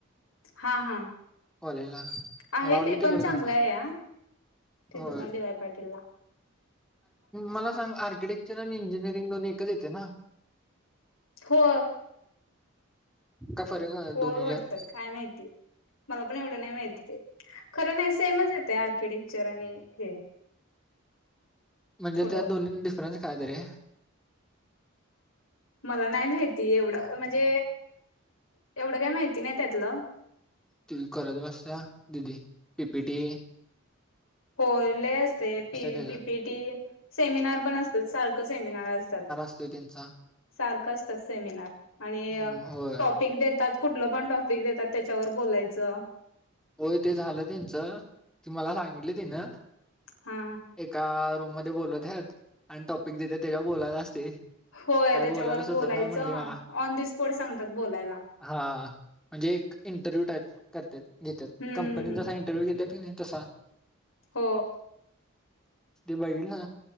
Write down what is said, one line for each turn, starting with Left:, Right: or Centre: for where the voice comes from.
Left: हा हा
Centre: कॉलेजला
Left: आहे
Centre: मला वाटलं
Left: ते
Centre: तिकडेच
Left: पण चांगलं
Centre: घेणार
Left: आहे या त
Centre: होय
Left: त पण आहे डी वाय पाटील
Centre: मला सांग आर्किटेक्चर आणि इंजिनिअरिंग दोन्ही एकच येते ना
Left: हो
Centre: का फरक आहे
Left: हो
Centre: दोन्हीच्यात
Left: वाटतं काय माहिती मला पण एवढं नाही माहती ते खरं नाही सेमच येत आर्किटेक्चर आणि हे
Centre: म्हणजे
Left: थोडं
Centre: त्या दोन् डिफरन्स कायतरी आहे
Left: मला नाही माहिती एवढं म्हणजे एवढं काय माहिती नाही त्यातलं
Centre: त करत बसता दिदी टीपी टी
Left: ह होले असते पी
Centre: त्याचं
Left: पीपीटी सेमिनार पण असतात सारखं सेमिनार असतात
Centre: असत त्यांचा
Left: सारखं असतात सेमिनार आणि
Centre: हम्म, होय
Left: टॉपिक देतात कुठलं पण टॉपिक देतात त्याच्यावर बोलायचं
Centre: होय ते झालं त्यांचं ती मला सांगितली तिनं
Left: हा
Centre: एका रूम मध्ये बोलत आहेत आणि त थ तेच्या बोलायला असते
Left: होय
Centre: काही
Left: त्याच्यावर
Centre: बोलायला सुचत
Left: बोलायचं
Centre: नाही म्हटली मला
Left: ऑन द स्पॉट सांगतात बोलायला
Centre: हा म्हणजे एक इंटरव्ह्यू टाईप करते घेत
Left: हम्म
Centre: कंपनीत
Left: हम्म
Centre: जसा इंटरव्ह्यू घेते ति नाही तसा
Left: हो
Centre: ते बघल ना